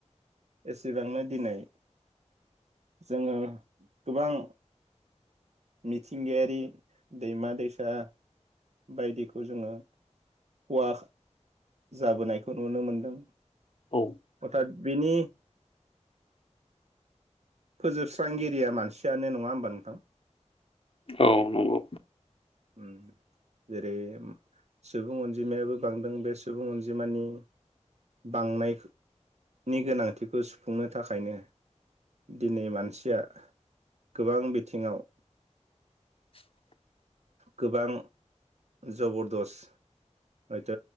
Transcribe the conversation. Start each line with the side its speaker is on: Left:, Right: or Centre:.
Right: एसेबांनो दिनै जोंङो गोबां मिथिंगायारि दैमा दैसा बायदिखौ जोंङो हवा जाबोनायखौ नुनो मोनदों
Left: औ
Right: अर्थात बिनि फोजोबस्रांगिरिया मानसियानो नङा होमबा नोंथां।
Left: औ नंगौ।
Right: उम जेरै सुबुं अनजिमायाबो बांदों बे सुबुं अनजिमानि बांनाय नि गोनांथिखौ सुफुंनो थाखायनो दिनै मानसिया गोबां बिथिंङाव
Left: <inaudible>
Right: गोबां जबरदस्त हयथ'